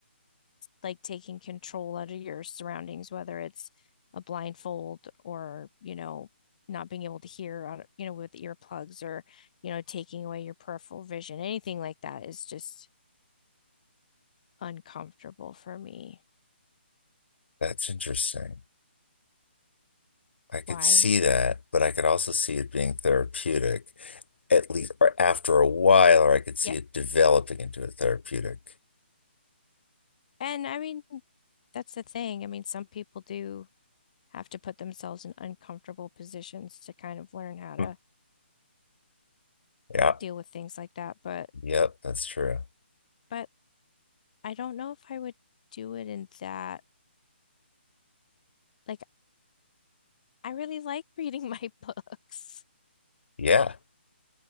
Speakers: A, on the left; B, on the left.
A: like taking control out of your surroundings, whether it's a blindfold or, you know, not being able to hear, you know, with earplugs or, you know, taking away your peripheral vision, anything like that is just uncomfortable for me.
B: That's interesting. I could
A: Why?
B: see that, but I could also see it being therapeutic, at least or after a while, or I could see
A: Yeah.
B: it developing into a therapeutic.
A: And I mean, that's the thing. I mean, some people do have to put themselves in uncomfortable positions to kind of learn how to
B: Hmm. Yeah,
A: deal with things like that. But,
B: yep, that's true.
A: but I don't know if I would do it in that. Like, I really like <laughs> reading my books.
B: Yeah,